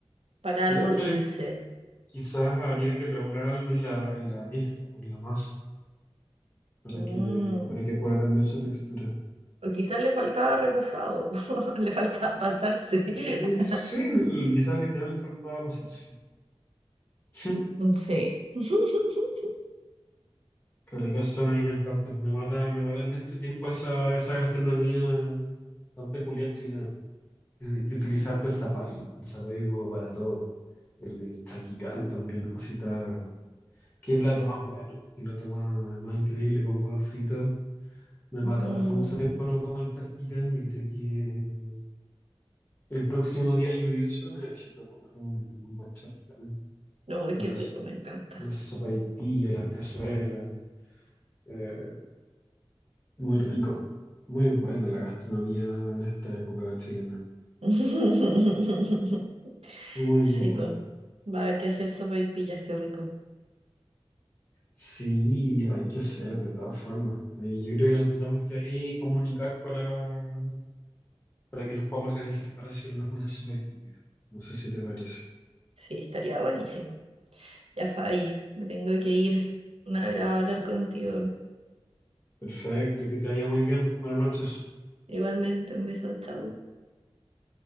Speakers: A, on the right; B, on the left.
A: para
B: Ya,
A: algo
B: pero
A: dulce.
B: quizás habría que regular algo en la, en la mezcla o en la masa para
A: Mm,
B: que, para que pueda cambiar esa textura.
A: O quizás le faltaba reposado, <laughs> le faltaba pasarse.
B: Mm,
A: <laughs>
B: Sí, l- quizás literal le faltaba pasarse. <laughs>
A: Sí. <laughs>
B: Qué ricas son, a mí me encantan. Me mata, me mata en este tiempo esa, esa gastronomía tan peculiar chilena. Es- Hay que utilizar utilizarte el zapallo, el zapallo como para todo. El, el charquicán también, cosita. Qué plato más bueno, qué plato más, más increíble con huevos fritos. Me mata.
A: Mm,
B: Hace mucho tiempo no como el charquicán y creo que eh, el próximo día lluvioso necesito comer un, un buen charquicán.
A: No,
B: De
A: qué
B: Las,
A: rico, me encanta.
B: las sopaipillas, las cazuelas. eh, muy rico. Muy buena la gastronomía en esta época chilena.
A: <laughs>
B: Muy,
A: Sí,
B: muy buena.
A: pues. Va a haber que hacer sopaipillas, qué rico.
B: Sí, hay que hacer de todas formas. Y yo creo que nos tenemos que ahí comunicar para, para que nos podamos organizar para hacer unas buenas sopaipillas. No sé si te parece.
A: Sí, estaría buenísimo. Ya, Fabi, me tengo que ir. Un agrado hablar contigo.
B: Perfecto, que te vaya muy bien. Buenas noches.
A: Igualmente, un beso, chao.